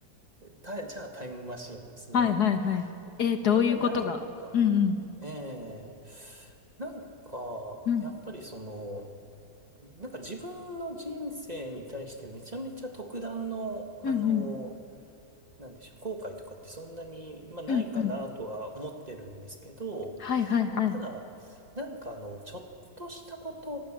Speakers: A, on the right; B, on the left.
A: たじゃあタイムマシンですね。
B: はいはいはい。えー、どういうことがうん、
A: やっぱりなんか、
B: うん、
A: ええなんか、
B: うん、
A: やっぱりその、なんか自分の人生に対してめちゃめちゃ特段の、あの、
B: うん、うん。
A: なんでしょう、後悔とかってそんなに、まあ、ないかなとは思ってるんですけど、
B: うんうんはいはいはい。
A: ただ、なんかあの、ちょっとしたこと